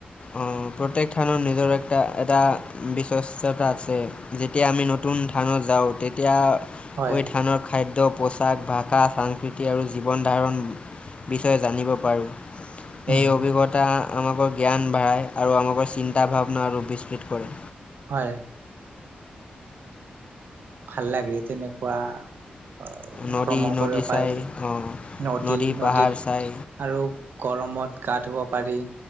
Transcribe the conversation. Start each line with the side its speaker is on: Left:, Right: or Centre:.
Left: অঁ! প্ৰত্যেক থানত নিজৰ এটা-এটা বিশ্বাসতা আছে। যেতিয়া আমি নতুন থানত যাওঁ তেতিয়া ঐ
Right: হয়
Left: থানত খাদ্য, পোছাক, ভাষা, সাংস্কৃতি আৰু জীৱন ধাৰণ বিষয়ে জানিব পাৰোঁ।
Right: হুম,
Left: এই
Right: হুম,
Left: অভিজ্ঞতা আমাকো জ্ঞান বঢ়ায় আৰু আমাকো চিন্তা, ভাৱনা আৰু বিস্ফৃত কৰে।
Right: হয়। ভাল লাগে তেনেকোৱা অঁ!
Left: নদী
Right: ভ্ৰমণ
Left: নদী
Right: কৰিব
Left: চাই
Right: পাৰিলে
Left: অঁ
Right: নদী নদীত
Left: পাহাৰ চাই
Right: আৰু গৰমত গা ধুব পাৰি।